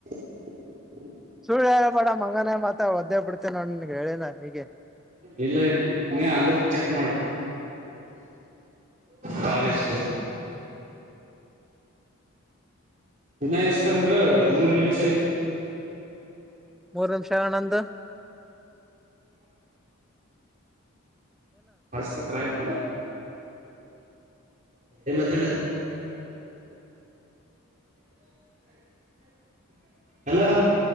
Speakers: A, on the right (about 35°); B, in the centre.
A: <inaudible>
B: ಸುಳ್ ಹೇಳಬೇಡ ಮಂಗನ ಮತ್ತ ಒದ್ದೇ ಬಿಡ್ತೇ ನೋಡ ಹೇಳಿನ ಹೀಗೆ
A: ಇಲ್ಲ ಇಲ್ಲ ನೀ ಅದು ಚೆಕ್ ಮಾಡು ಕಾಲೇಜ್ ದಿನ ಎಷ್ಟ ಅಂದ್ರ ಮೂರ್ ನಿಮಿಷ ಐತಿ
B: ಮೂರಂಶನಂದ
A: ಫಸ್ಟ್ ಟ ಟ್ರೈ ಮಾಡ ತೆ ಮಾತಡ ಹಲೋ ಹ